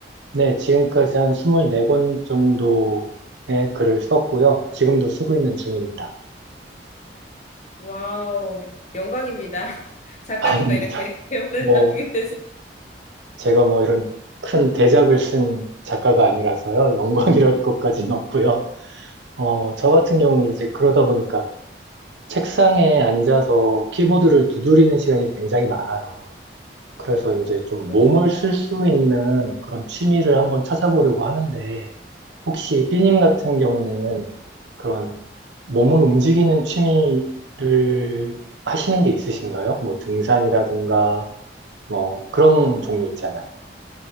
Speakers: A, on the right; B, on the left.
A: 네, 지금까지 한 24권 정도의 글을 썼고요. 지금도 쓰고 있는 중입니다.
B: 와우, 영광입니다. <laughs> 작가님과
A: <laughs> 아닙니다.
B: 이렇게 <laughs> 대화를
A: 뭐,
B: 나누게 돼서.
A: 제가 뭐 이런 큰 대작을 쓴 작가가 아니라서요. 영광이랄 것까지는 없고요. 어, 저 같은 경우는 이제 그러다 보니까 책상에 앉아서 키보드를 두드리는 시간이 굉장히 많아요. 그래서 이제 좀
B: 그러시구나.
A: 몸을 쓸 수 있는 그런 취미를 한번 찾아보려고 하는데, 혹시 삐님 같은 경우는 그런 몸을 움직이는 취미를 하시는 게 있으신가요? 뭐 등산이라든가, 뭐 그런 종류 있잖아요.